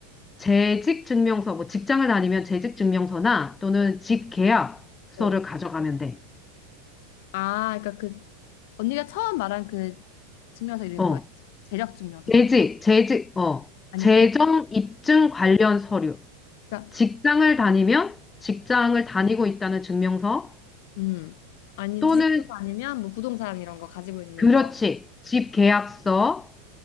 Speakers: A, on the left; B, on the left.
A: 재직 증명서 뭐 직장을 다니면 재직 증명서나 또는
B: 어.
A: 집 계약서를
B: 어.
A: 가져가면 돼.
B: 아, 그러니까 그 언니가 처음 말한 그 증명서 이름이
A: 어.
B: 뭐였지? 재력 증명서라고?
A: 재직, 재직, 어,
B: 아니,
A: 재정
B: 그-
A: 입증 관련 서류,
B: 그러니까
A: 직장을 다니면 직장을 다니고 있다는 증명서
B: 음. 아니,
A: 또는
B: 지식 증명서 아니면 뭐 부동산 이런 거 가지고 있는
A: 그렇지,
B: 거.
A: 집 계약서